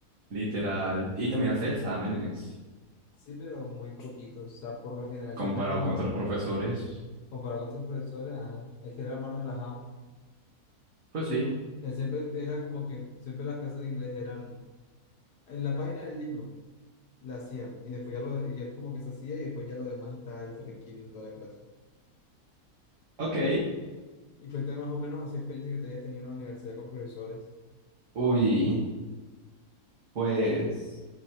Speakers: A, on the right; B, on the left.
A: literal, y también hacía exámenes,
B: Sí, pero muy poquito, o sea, por lo general
A: comparado
B: siempre era como
A: con otros profesores,
B: Comparado con otros profesores, ajá, es que era más relajado.
A: pues
B: Tipo,
A: sí,
B: él siempre era como que siempre las clases de inglés eran en la página del libro, la hacían, y después ya lo, y es como que se hacía, y después ya lo demás estaba él tranquilo en toda la clase.
A: ok,
B: Y cuéntame más o menos así experiencia que tú hayas tenido en la universidad con profesores.
A: uy, pues